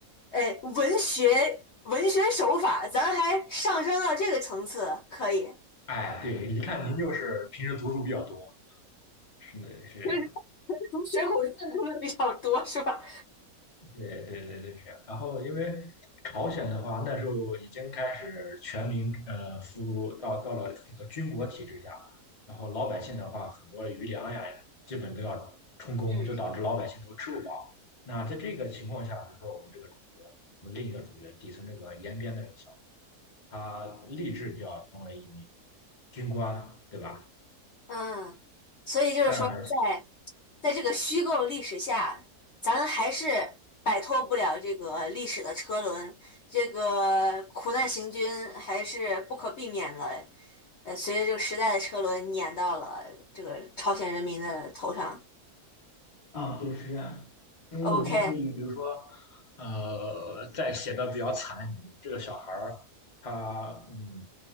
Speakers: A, on the left; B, on the left.
A: 呃，文学文学手法，咱还上升到这个层次，可以。
B: 哎，对，一看您就是平时读书比较多，是的，
A: <laughs>
B: 是这样。
A: 就是从《水浒传》读的比较多，是吧？
B: 对对对对是啊。然后因为朝鲜的话，那时候已经开始全民呃服务到到了一个军国体制下，然后老百姓的话，很多余粮呀，基本都要充公，
A: 嗯，
B: 就导致老百姓都吃不饱。那在这个情况下，比如说我们这个主角，我们另一个主角底层这个延边的这个小子，他立志就要成为一名军官，对吧？
A: 嗯，所以就是说在，
B: 但
A: 在这个虚构历史下，咱还是摆脱不了这个历史的车轮，这个苦难行军还是不可避免的，呃，随着这个时代的车轮碾到了这个朝鲜人民的头上。
B: 啊，对，是这样的因为我们可以，
A: OK，
B: 比如说，呃，在写的比较惨一点，就是这个小孩儿，他嗯，